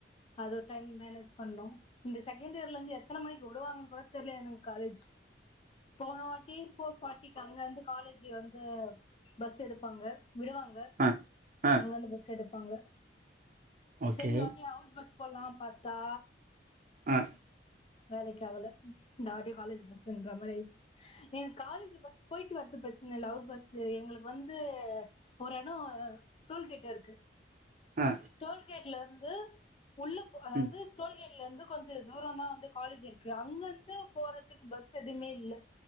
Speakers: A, on the left (about 30°); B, on the right (about 50°).
A: அதோ டைம் மேனேஜ் பண்ணும் இந்த செகண்ட் இயர்ல இருந்து எத்தன மணிக்கு விடுவாங்கன்னு கூட தெரில எனக்கு காலேஜ் போன வாட்டி போர் பார்ட்டிக்கு அங்க வந்து காலேஜ் வந்து பஸ் எடுப்பாங்க விடுவாங்க
B: ஆ ஆ
A: அங்கந்து பஸ் எடுப்பாங்க
B: ஓகே
A: சரிந்து இத்த வாட்டி அவுட் பஸ் போலாம் பா த்தா
B: ஆ
A: வேலைக்காவல இந்தவாடி காலேஜ் பஸ்ன்ற மாரி ஆயிடுச்சு எங்க காலேஜ் பஸ் போயிட்டு வரது பிரச்சன இல்ல லவுட் பஸ் எங்களுக்கு வந்து ஒரு இடம் டோல் கேட் இருக்கு
B: ஆ
A: டோல் கேட்ல இரு ந்து உள்ள போகாது அதாவது
B: ம்
A: டோல்கேட் இருந்து கொஞ்சம் தூரம் தான் வந்து காலேஜ் இருக்கு அங்கிருந்து போறதுக்கு பஸ் எதுவுமே இல்ல